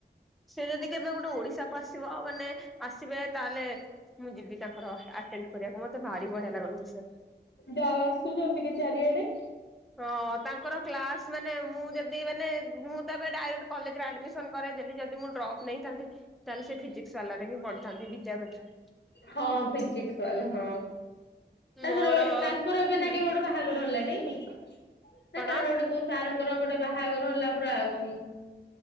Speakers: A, in the centre; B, on the left.
A: ସେ ଯଦି କେବେ ଗୋଟେ ଓଡିଶାକୁ ଆସିବ ମାନେ ଆସିବେ ତାହେଲେ ମୁଁ ଯିବି ତାଙ୍କର ଆଟେଣ୍ଡ କରିବାକୁ ମତେ ଭାରି ବଢିଆ ଲାଗନ୍ତି ସେ।
B: ଯା ଆସୁଚନ୍ତି କି ଚାରିଆଡେ।
A: ହଁ ତାଙ୍କର କ୍ଲାସ ମାନେ ମୁଁ ଯେତିକି ମାନେ ମୁଁ ତ ଏବେ ଡାଇରେକ୍ଟ କଲେଜରେ ଆଡମିସନ କରେଇ ଦେଲି ଯଦି ମୁଁ ଡ୍ରପ୍ ନେଇଥାନ୍ତି ତାହେଲେ ସେ ଫିଜିକ୍ସ ବାଲା ରେ ହିଁ ପଢିଥାନ୍ତି ବିଦ୍ୟାପୀଠରେ।
B: ହଁ ଫିଜିକ୍ସ ବାଲା ହଁ। ତାଙ୍କର
A: ମୋର
B: ଏ ତାଙ୍କର ଏବେ
A: ହୁଁ
B: ନା କେବେ ଗୋଟେ ବାହାଘର ହେଲା ଟି ନା
A: କଣ
B: କାହାର ଗୋଟେ କୋଉ ସାରଙ୍କ ର ଗୋଟେ ବାହାଘର ହେଲା ପୁରା ଗୁ